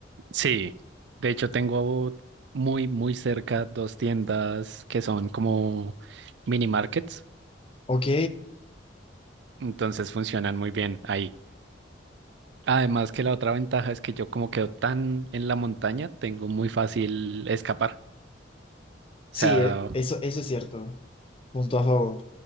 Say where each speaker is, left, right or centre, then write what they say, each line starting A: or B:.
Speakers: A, on the right (about 65°); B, on the left (about 30°).
A: Sí, de hecho tengo muy, muy cerca dos tiendas que son como mini markets,
B: Ok,
A: entonces funcionan muy bien ahí. Además que la otra ventaja es que yo como quedo tan en la montaña, tengo muy fácil escapar.
B: sí,
A: O sea,
B: e- eso, eso es cierto. Punto a favor.